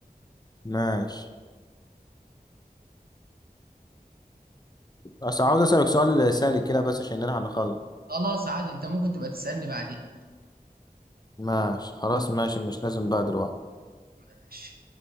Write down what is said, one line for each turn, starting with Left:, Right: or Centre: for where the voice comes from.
Left: ماشي بس عاوز أسألك سؤال سهل كده بس عشان نلحق نخلص
Right: خلاص عادي أنت ممكن تبقى تسألني بعدين
Left: ماشي خلاص ماشي مش لازم بقى دلوقتي
Right: ماشي